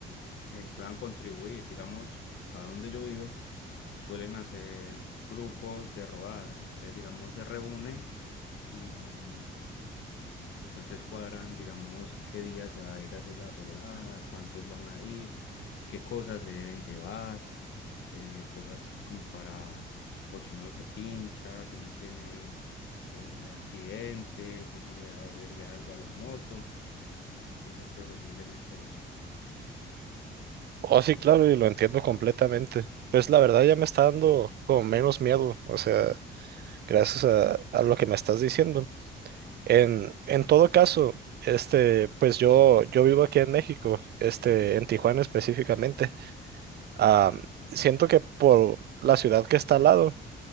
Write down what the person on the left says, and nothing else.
eh, puedan contribuir. Digamos, acá donde yo vivo, suelen hacer grupos de rodadas. Entonces, digamos, se reúnen y Entonces cuadran, digamos, qué día se va a ir a hacer la rodada, cuántos van a ir, qué cosas se deben llevar, eh, cosas como para, por si uno se pincha, si uno tiene eh, accidentes o si le da avería algo a la moto. Entonces preferiblemente eso.